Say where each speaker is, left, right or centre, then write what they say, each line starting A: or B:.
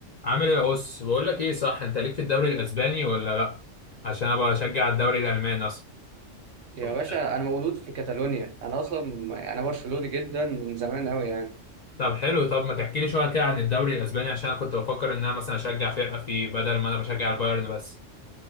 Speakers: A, on the left; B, on the right.
A: عامل ايه يا اس بقول لك ايه صح انت ليك في الدوري الاسباني ولا لا عشان انا بشجع الدوري الالماني اصلا
B: يا
A: طب
B: باشا انا مولود في كاتالونيا انا اصلا انا برشلوني جدا من زمان قوي يعني
A: طب حلو طب ما تحكي لي شويه كده عن الدوري الاسباني عشان انا كنت بفكر ان انا مثلا اشجع فرقه فيه بدل ما انا بشجع البايرن بس